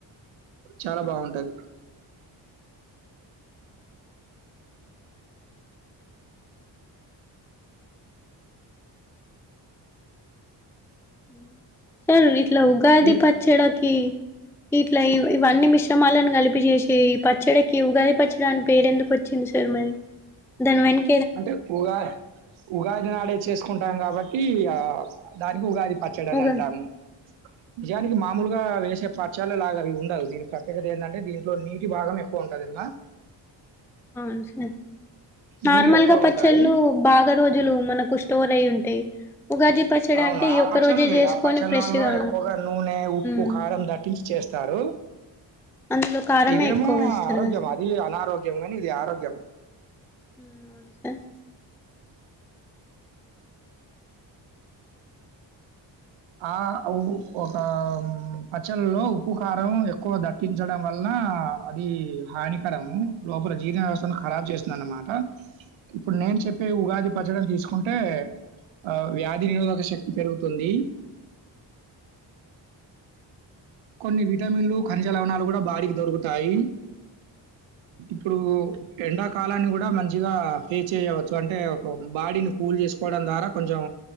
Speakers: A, on the right; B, in the centre.
A: చాలా బాగుంటది
B: హు సార్ ఇట్లా ఉగాది
A: ఈ
B: పచ్చడాకి ఇట ఇట్లా ఇవన్నీ మిశ్రమాలను కలిపి చేేసి ఈ పచ్చడికి ఉగాది పచ్చడి అని పేరు ఎందుకు వచ్చింది సార్ మరి దాని వెనుక
A: అంటే ఉగా ఉగాదినాడే చేసుకుంటాం కాబట్టి ఆ దానికి ఉగాది పచ్చడి అని
B: ఉగా
A: అంటాము నిజానికి మామూలుగా వేసే పచ్చలు లాగా ఇవి ఉండవు దీనికి ప్రత్యేకత ఏంటంటే దీంట్లో నీటి భాగం ఎక్కువ ఉంటది ఇళ్ల,
B: అవున సార్ నార్మల్
A: నీళ్ళు ఎక్కువ
B: గా పచ్చళ్ళు
A: ఉంటాయి
B: బాగా రోజులు మనకు ఎక్కువ స్టోర్ అయ్యి ఉంటాయి ఉగాది పచ్చడి
A: అవును
B: అంటే
A: ఆ
B: ఈ ఒక్క
A: పచ్చళ్ళు
B: రోజే
A: వేరు
B: చేసుకొని
A: ఆ పచ్చళ్ళల్లో
B: ఫ్రెష్ గా
A: ఎక్కువగా నూనె ఉప్పు
B: ఉమ్
A: కారం దట్టిచ్చి చేస్తారు,
B: అందులో కారమే
A: ఇదేమో
B: ఎక్కువ వేస్తారు
A: ఆరోగ్యం
B: కదా సార్
A: అది అనారోగ్యం గాని ఇది ఆరోగ్యం
B: ఊ అవును సార్,
A: ఆ ఒక పచ్చలలో ఉప్పు కారం ఎక్కువ దట్టించడం వల్లన అది హానికరము లోపల జీర్ణ వ్యవస్థను ఖరాబ్ చేస్తుంది అన్నమాట ఇప్పుడు నేను చెప్పే ఉగాది పచ్చడిని తీసుకుంటే ఆ వ్యాధి నిరోధక శక్తి పెరుగుతుంది, కొన్ని విటమిన్లు ఖనిజ లవణాలు కూడా బాడీకి దొరుకుతాయి ఇప్పుడు ఎండాకాలాన్ని. కూడా మంచిగా ఫేస్ చేయవచ్చు అంటే ఒక బాడీని కూల్ చేసుకోవడం ద్వారా కొంచెం.